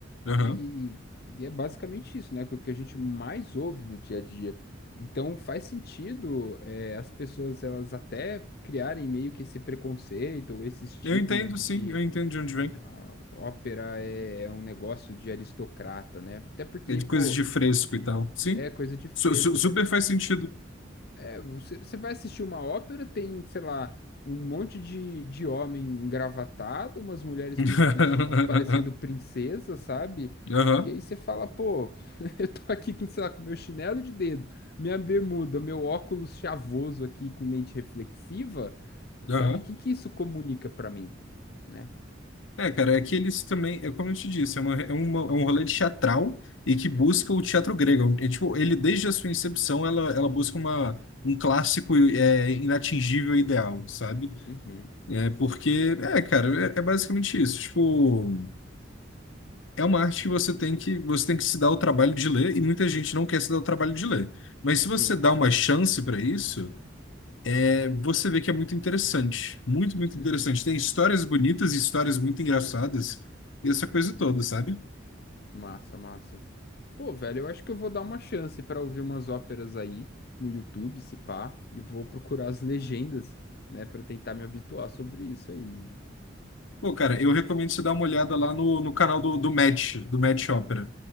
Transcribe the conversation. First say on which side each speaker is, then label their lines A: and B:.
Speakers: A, on the left; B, on the left.
A: Aham.
B: E, e é basicamente isso, né? que é O que a gente mais ouve no dia a dia. Então faz sentido, é, as pessoas elas até criarem meio que esse preconceito ou esse estigma
A: Eu entendo,
B: de
A: sim,
B: que
A: eu entendo de onde vem.
B: a ópera é, é um negócio de aristocrata, né? Até porque,
A: É de
B: pô,
A: coisas de fresco e tal. Sim,
B: é coisa de fresco.
A: Su- su- super
B: Até
A: faz sentido.
B: é, você, você vai assistir uma ópera, tem, sei lá, um monte de, de homem engravatado, umas mulheres
A: <laughs>
B: com os vestidos parecendo princesa, sabe?
A: Aham,
B: E aí você fala, pô, <laughs> eu tô aqui com, sei lá, com meu chinelo de dedo, minha bermuda, meu óculos chavoso aqui com lente reflexiva,
A: aham.
B: sabe? O que que isso comunica pra mim, né?
A: É, cara, é que eles também, é como eu te disse, é, uma, é, uma, é um rolê de teatral e que busca
B: Uhum,
A: o teatro grego. É, tipo, ele, desde a sua incepção, ela, ela busca uma, um clássico é, inatingível e ideal, sabe?
B: uhum.
A: É, porque, é, cara, é, é basicamente isso. Tipo, é uma arte que você tem que, você tem que se dar o trabalho de ler e muita gente não quer se dar o trabalho de ler. Mas se
B: Sim,
A: você dá
B: sim.
A: uma chance para isso, é, você vê que é muito interessante. Muito, muito
B: Uhum.
A: interessante. Tem histórias bonitas e histórias muito engraçadas e essa coisa toda, sabe?
B: Massa, massa. Pô, velho, eu acho que eu vou dar uma chance pra ouvir umas óperas aí no YouTube, se pá, e vou procurar as legendas, né, Pra tentar me habituar sobre isso aí.
A: Pô, cara, eu recomendo você dar uma olhada lá no, no canal do, do Match, do Match Opera.